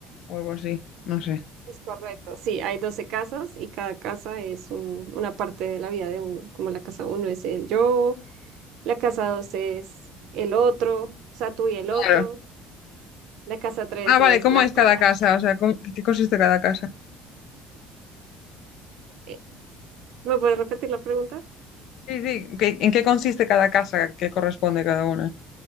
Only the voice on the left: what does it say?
o algo así, no sé.
Claro.
Ah, vale,
¿cómo
es cada
casa? O sea, ¿cómo- ¿qué consiste cada casa?
Sí, sí, ¿qué- ¿En qué consiste cada casa que corresponde cada una?